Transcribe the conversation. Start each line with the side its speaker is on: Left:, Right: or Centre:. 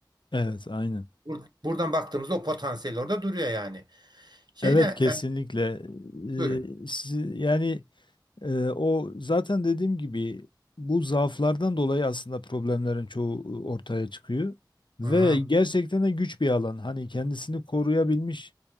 Left: Evet aynen.
Right: Bur- Buradan baktığımızda o potansiyel orada duruyor yani. Şeyde
Left: Evet
Right: e,
Left: kesinlikle. Ee,
Right: Buyurun.
Left: si- yani e, o zaten dediğim gibi bu zaaflardan dolayı aslında problemlerin çoğu ortaya çıkıyor. Ve
Right: Hı hı.
Left: gerçekten de güç bir alan. Hani kendisini koruyabilmiş